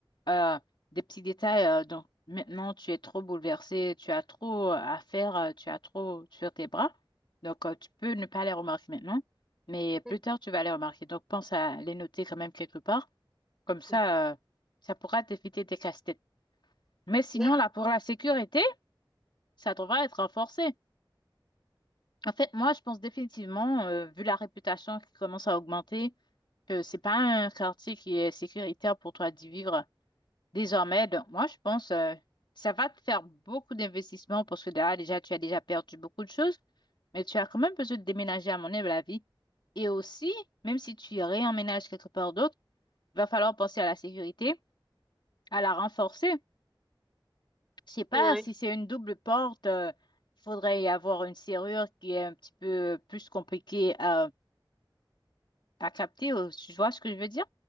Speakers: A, on the left; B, in the centre.
A: Euh, des petits détails, euh, donc maintenant tu es trop bouleversé, tu as trop euh, à faire, euh, tu as trop sur tes bras, donc euh, tu peux ne pas les remarquer maintenant, mais plus
B: Mhm.
A: tard tu vas les remarquer. Donc pense à les noter quand même quelque part, comme ça,
B: D'accord.
A: euh, ça pourra t'éviter des casse Mais sinon,
B: D'accord.
A: là, pour la sécurité, ça devrait être renforcé. En fait, moi, je pense définitivement, euh, vu la réputation qui commence à augmenter, que c'est pas un quartier qui est sécuritaire pour toi d'y vivre désormais. Donc, moi, je pense, euh, ça va te faire beaucoup d'investissements parce que là, déjà, tu as déjà perdu beaucoup de choses, mais tu as quand même besoin de déménager, à mon avis. Et aussi, même si tu réemménages quelque part d'autre, il va falloir penser à la sécurité, à la renforcer. Je sais pas
B: Ouais.
A: si c'est une double porte, euh, il faudrait y avoir une serrure qui est un petit peu plus compliquée à, à capter. euh, Tu vois ce que je veux dire?